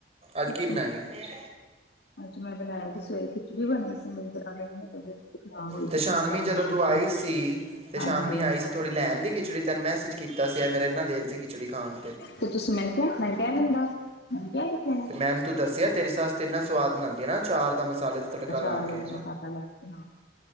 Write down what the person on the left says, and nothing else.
ਕੁਛ
ਅੱਜ ਮੈਂ ਬਣਾਇਆ ਸੀ ਸਵੇਰੇ ਖਿਚੜੀ ਬਣਾਈ ਸੀ ਮੇਰੀ ਦਰਾਣੀ ਦੀ ਨਾ ਤਬੀਅਤ ਬੜੀ ਖ਼ਰਾਬ ਹੋਈ
ਸੀ
ਤਿੰਨ ਚਾਰ
ਦਿਨ
ਤੋਂ।
ਹਾਂਜੀ
ਤੇ ਤੁਸੀਂ ਮੈਨੂੰ ਕਿਹਾ ਮੈਂ ਕਿਹਾ ਦਿੰਦਾ ਮੈਂ ਕਿਹਾ ਕਿਥੇ ਨੇ
ਅਚਾਰ
ਵਾਲਾ
ਮਸਾਲਾ ਲਾ ਕੇ ਹਾਂ।